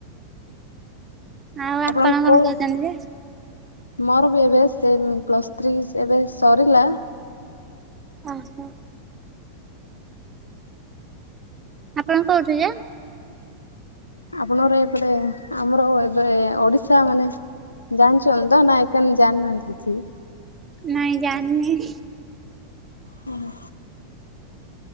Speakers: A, on the right; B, on the left.
A: ଆଉ
B: ଆପଣଙ୍କୁ
A: ଆପଣ କଣ
B: କଉ
A: କରୁଛନ୍ତି ଯେ?
B: ମୋର ବି ଏବେ ସେ ପ୍ଲସ୍ ଥ୍ରୀ ଏବେ ସରିଲା।
A: ଓହୋ। ଆପଣ କହୁଠୁ ଯେ?
B: ଆପଣଙ୍କର ଏପଟେ ଆମର ଏବେ ଓଡିଶା ମାନେ ଜାଣିଛନ୍ତି ତ ନାଇ କେଣ ଜାଣିନାହାନ୍ତି କିଛି?
A: ନାଁ ଜାଣିବି।
B: ହୁଁ।